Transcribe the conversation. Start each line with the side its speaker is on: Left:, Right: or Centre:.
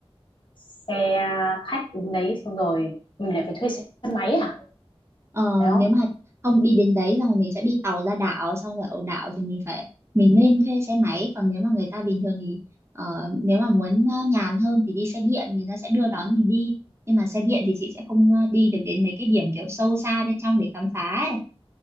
Left: xe khách đến đấy xong rồi mình lại phải thuê xe máy à
Right: Ờ,
Left: phải không
Right: nếu mà không đi đến đấy xong rồi mình sẽ đi tàu ra đảo xong rồi ở đảo thì mình phải mình nên thuê xe máy còn nếu mà người ta bình thường thì ờ, nếu mà muốn ờ, nhàn hơn thì đi xe điện người ta sẽ đưa đón mình đi nhưng mà xe điện thì chị sẽ không ờ, đi được đến mấy cái điểm kiểu sâu xa bên trong để khám phá ấy.